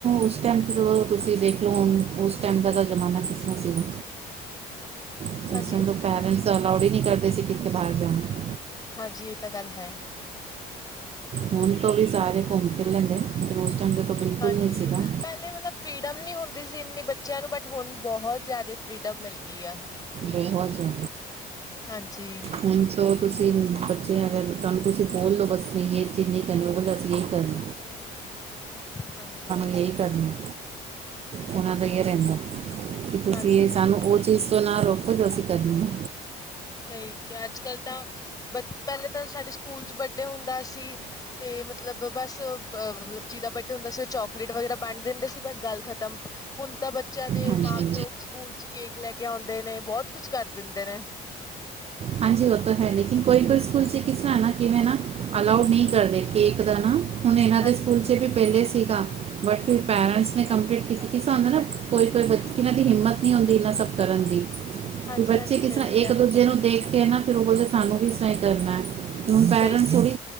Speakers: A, on the right (about 35°); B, on the left (about 20°).
A: ਉਸ ਟਾਈਮ ਤੇ ਜਦੋਂ ਤੁਸੀਂ ਦੇਖ ਲਓ ਹੁਣ ਉਸ ਟਾਈਮ ਦਾ ਤਾਂ ਜ਼ਮਾਨਾ ਕਿਸ ਤਰ੍ਹਾਂ ਸੀਗਾ। ਪੈਰੈਂਟਸ
B: ਹਾਂਜੀ
A: ਪੈਦਲ ਤਾਂ ਅਲਾਊਡ ਹੀ ਨਹੀਂ ਕਰਦੇ ਸੀ ਕਿੱਥੇ ਬਾਹਰ ਜਾਣਾ।
B: ਹਾਂਜੀ ਇਹ ਤਾਂ ਗੱਲ ਹੈ।
A: ਹੁਣ ਤੋਂ ਵੀ ਸਾਰੇ ਘੁੰਮ ਫਿਰ ਲੈਂਦੇ। ਉਸ ਟਾਈਮ ਦੇਖੋ ਬਿਲਕੁਲ
B: ਹਾਂਜੀ
A: ਨਹੀਂ ਸੀਗਾ।
B: ਪਹਿਲੇ ਮਤਲਬ ਫਰੀਡਮ ਨਹੀਂ ਹੁੰਦੀ ਸੀ ਇੰਨੀ ਬੱਚਿਆਂ ਨੂੰ ਬਟ ਹੁਣ ਬਹੁਤ ਜ਼ਿਆਦਾ ਫਰੀਡਮ ਮਿਲ ਗਈ ਆ।
A: ਇਹ ਹੋ ਜਾ
B: ਹਾਂਜੀ
A: ਹੁਣ ਚਲੋ ਤੁਸੀਂ ਬੱਚੇ ਅਗਰ ਕੰਮ ਤੁਸੀਂ ਬੋਲਦੋ ਬਸ ਨਹੀਂ ਇਹ ਚੀਜ਼ ਨਹੀਂ ਕਰਨੀ ਉਹ ਕੰਦਾ ਅਸੀ ਇਹੀ ਕਰਨੀ।
B: ਹਾਂਜੀ-ਹਾਂਜੀ
A: ਇਹੀ ਕਰਨਾ ਉਹਨਾਂ ਦਾ ਇਹ ਰਹਿੰਦਾ, ਕਿ ਤੁਸੀਂ
B: ਹਾਂਜੀ
A: ਸਾਨੂੰ ਉਹ ਚੀਜ਼ ਤੋਂ ਨਾ ਰੋਕੋ ਜੋ ਅਸੀਂ ਕਰਨੀ ਹੈ।
B: ਸਹੀ ਕਿਹਾ ਅੱਜ ਕੱਲ੍ਹ ਤਾਂ ਬ ਪਹਿਲੇ ਤਾਂ ਸਾਡੇ ਸਕੂਲ ਚ ਬਰਡੇ ਹੁੰਦਾ ਸੀ ਤੇ ਮਤਲਬ ਬਸ ਅ ਮਤਲਬ ਜੀਦਾ ਪੱਟੇ ਹੁੰਦਾ ਸੀ ਉਹ ਚੋਕਲੇਟ ਵਗੈਰਾ ਵੰਡ ਦਿੰਦੇ ਸੀ ਬਸ ਗੱਲ ਖ਼ਤਮ। ਹੁਣ ਤਾਂ ਬੱਚਿਆਂ ਦੇ
A: ਹਾਂਜੀ
B: ਮਾਂ ਪਿਓ ਸਕੂਲ ਚ ਕੇਕ ਲੈ ਕੇ ਆਉਂਦੇ ਨੇ ਬਹੁਤ ਕੁਛ ਕਰ ਦਿੰਦੇ ਨੇ।
A: ਹਾਂਜੀ ਉਹ ਤੋ ਹੈ ਲੇਕਿਨ ਕੋਈ-ਕੋਈ ਸਕੂਲ ਚ ਕਿਸ ਤਰ੍ਹਾਂ ਨਾ ਕਿਵੇਂ ਨਾ। ਅਲਾਉਡ ਨਹੀਂ ਕਰਦੇ ਕੇਕ ਦਾ ਨਾ, ਹੁਣ ਇਹਨਾਂ
B: ਹਾਂਜੀ
A: ਦੇ ਸਕੂਲ ਚ ਵੀ ਪਹਿਲੇ ਸੀਗਾ। ਬਟ ਫਿਰ ਪੇਰੈਂਟਸ ਨੇ ਕੰਪਲੈਂਟ ਕੀਤੀ ਕੀ ਸਾਨੂੰ ਨਾ ਕੋਈ-ਕੋਈ ਇਹਨਾਂ ਦੀ ਹਿੰਮਤ ਨੀ ਹੁੰਦੀ ਇਨਾ ਸਭ ਕਰਨ ਦੀ।
B: ਹਾਂਜੀ
A: ਬੱਚੇ
B: ਹਾਂਜੀ
A: ਕਿਸ
B: ਸਹੀ
A: ਤਰ੍ਹਾਂ
B: ਕਿਹਾ
A: ਇੱਕ ਦੂਜੇ ਨੂੰ ਦੇਖ ਕੇ ਨਾ ਫਿਰ ਉਹ ਬੋਲਦੇ ਸਾਨੂੰ ਵੀ ਐਸਾ ਹੀ ਕਰਨਾ ਹੈ, ਤੇ ਹੁਣ ਪੈਰੈਂਟਸ
B: ਸਹੀ ਕਿਹਾ
A: ਥੋੜੀ